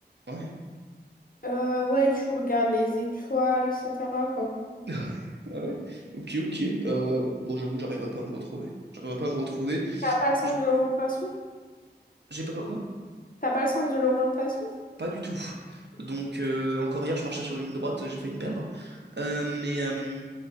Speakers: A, on the right (about 75°); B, on the left (about 55°).
A: Ouais.
B: Euh, ouais, tu regardes les étoiles, etc., quoi.
A: <laughs> Ah ouais? Ok, ok. Euh, bon, j'avoue, j'arriverai pas à me retrouver. J'arriverai pas à me retrouver.
B: T'as pas le sens
A: Je-
B: de l'orientation?
A: J'ai pas quoi?
B: T'as pas le sens de l'orientation?
A: Pas du tout. Donc, euh, encore hier, je marchais sur une ligne droite, euh, j'ai failli me perdre. Euh, mais euh,